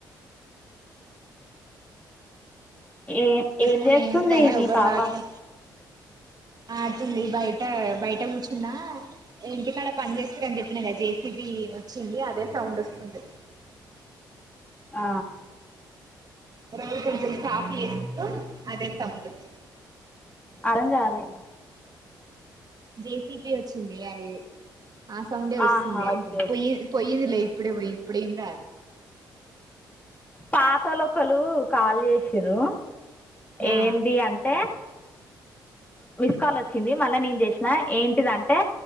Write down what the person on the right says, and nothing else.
ఎప్పుడు
తనే
ఎవ్వరు
రావట్లే ఆతుంది బయట బయట కూర్చున్నా ఇంటికాడ పని చేస్తూరని చెప్పిన కదా జేసీబి వచ్చిండు అదే సౌండ్ వస్తుంది
రోజు కొంచం సాప్ చేస్తుంది అదే <unintelligible>
జేసికే వచ్చిందే అది ఆ సౌండే వస్తుంది
అంటున్న
పోయి పోయిది లే ఇప్పుడే పోయింది ఇప్పుడెం రాదు
ఆ